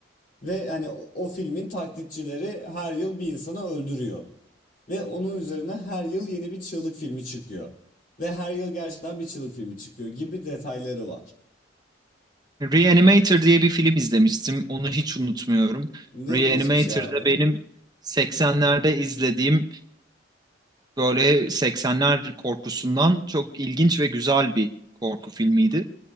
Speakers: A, on the left; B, on the right.
A: Ve hani o, o filmin taklitçileri her yıl bir insanı öldürüyor. Ve onun üzerine her yıl yeni bir çığlık filmi çıkıyor. Ve her yıl gerçekten bir çığlık filmi çıkıyor gibi detayları var.
B: Reanimator diye bir film izlemiştim. Onu hiç unutmuyorum.
A: Ne,
B: Reanimator'da
A: nasıl bir şey abi?
B: benim 80'lerde izlediğim böyle 80'ler korkusundan çok ilginç ve güzel bir korku filmiydi.